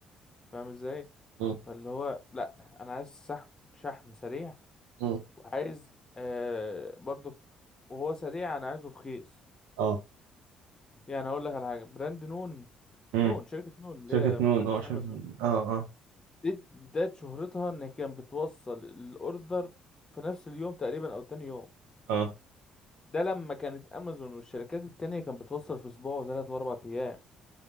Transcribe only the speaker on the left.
فاهم ازاي
فاللي هو لا انا عايز شحن شحن سريع
وعايز آه برضو وهو سريع انا عايزه رخيص
يعني اقول لك على حاجه براند نون
نون شركه نون اللي
هي بتنافس
امازون
دي بدايه شهرتها ان كانت بتوصل الاوردر في نفس اليوم تقريبا او تاني يوم
ده لما كانت امازون والشركات التانية كانت بتوصل في اسبوع وثلاث واربع ايام